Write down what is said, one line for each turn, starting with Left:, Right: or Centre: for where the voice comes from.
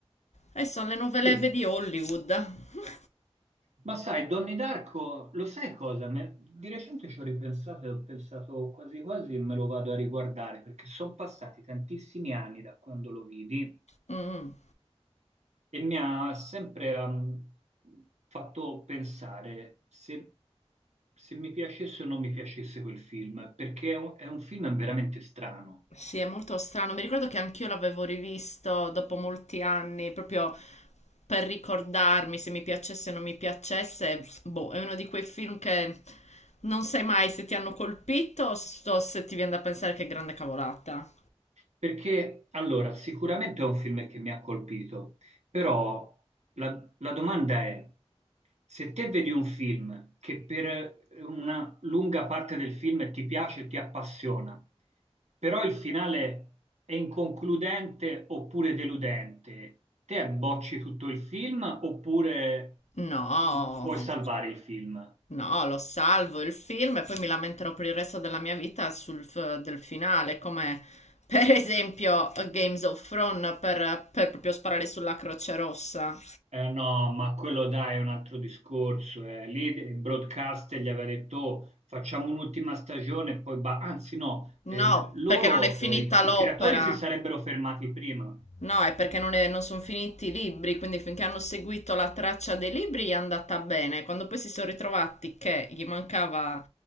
Left: E sono le nuove
Right: Sì,
Left: leve di Hollywood. <laughs>
Right: ma sai, Donnie Darko, lo sai cosa? Me- di recente ci ho ripensato e ho pensato quasi quasi me lo vado a riguardare, perché sono passati tantissimi anni da quando lo vidi
Left: Mm.
Right: E mi ha sempre ehm, fatto pensare se, se mi piacesse o non mi piacesse quel film, perché è un, è un film veramente strano.
Left: Sì, è molto strano. Mi ricordo che anch'io l'avevo rivisto dopo molti anni, proprio per ricordarmi se mi piacesse o non mi piacesse. Boh, è uno di quei film che non sai mai se ti hanno colpito o se se ti viene da pensare che grande cavolata.
Right: Perché allora, sicuramente è un film che mi ha colpito, però la, la domanda è, se te vedi un film che per una lunga parte del film ti piace e ti appassiona, però il finale è inconcludente oppure deludente, te bocci tutto il film oppure
Left: No,
Right: mh, puoi salvare il film?
Left: no, lo salvo il film e poi mi lamenterò per il resto della mia vita sul f- del finale, come per esempio eh, Games of Thrones per, per proprio sparare sulla Croce Rossa.
Right: Eh no, ma quello dai è un altro discorso. eh. Lì il broadcaster gli aveva detto "Oh, facciamo un'ultima stagione e poi ba-". Anzi no,
Left: No,
Right: eh, loro,
Left: perché non è finita
Right: eh, i, i
Left: l'opera.
Right: creatori si sarebbero fermati prima.
Left: No, è perché non, è- non sono finiti i libri, quindi finché hanno seguito la traccia dei libri gli è andata bene. Quando poi si sono ritrovati che gli mancava